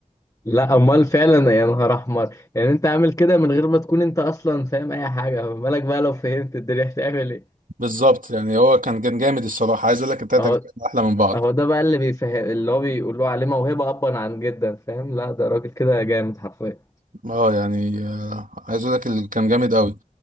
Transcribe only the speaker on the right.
بالظبط يعني هو كان كان جامد الصراحه عايز اقول لك التلاته
كانوا احلى من بعض
اه يعني آه، عايز اقول لك اللي كان جامد قوي